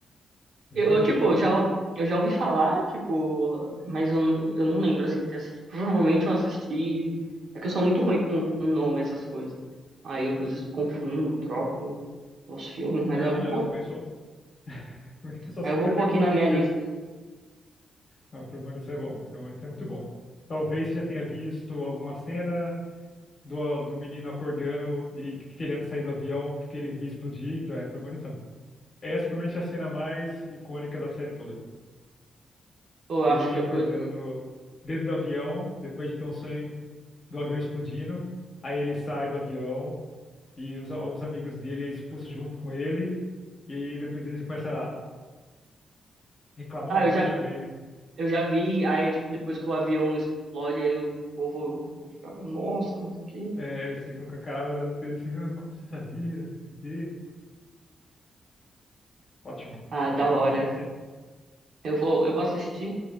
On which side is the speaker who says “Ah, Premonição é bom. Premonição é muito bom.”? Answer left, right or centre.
Left